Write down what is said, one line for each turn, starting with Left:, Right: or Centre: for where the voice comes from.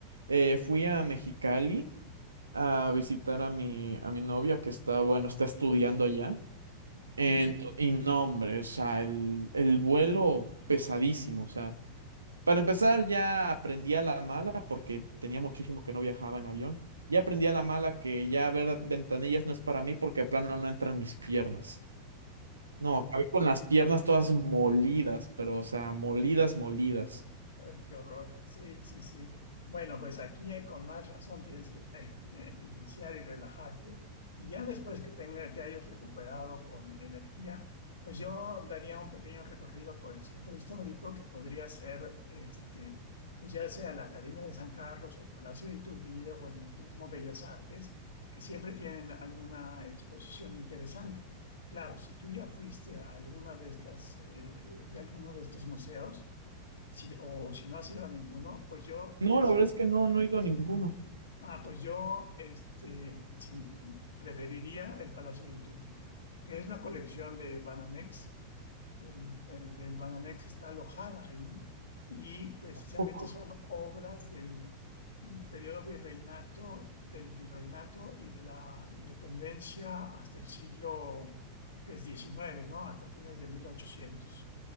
Right: eh, fui a Mexicali a visitar a mi, a mi novia que está, bueno, está estudiando allá.
Left: ujú.
Right: Ento- y no, hombre, o sea, el, el vuelo pesadísimo, o sea. Para empezar, ya aprendí a la mala porque tenía muchísimo que no viajaba en avión. Ya aprendí a la mala que ya ver ventanillas no es para mí porque a plano no entran mis piernas. No, acabé con las piernas todas molidas, pero o sea, molidas, molidas.
Left: Ay, qué horror. Sí, sí, sí. Bueno, pues aquí eh, con más razón tienes que eh, eh, iniciar y relajarte. Y ya después que tenga- te hayas recuperado con energía, pues yo daría un pequeño recorrido por el centro histórico que podría ser, este, pues ya sea la Academia de San Carlos o el Palacio de Iturbide o el mismo Bellas Artes, que siempre tienen alguna exposición interesante. Claro, si tú ya fuiste a alguna de estas, eh, eh, de alguno de estos museos, si, o si no has ido a ninguno, pues yo, deci-
Right: No, la verdad es que no, no he ido a ninguno.
Left: ah, pues yo este, sin- preferiría el Palacio de Iturbide, que es la colección de Banamex. Del, eh, del Banamex está alojada ahí y precisamente
Right: poco
Left: son obras del, del periodo virreinato, del virreinato y de la independencia hasta el siglo pues, diecinueve ¿no? Hasta fines de mil ochocientos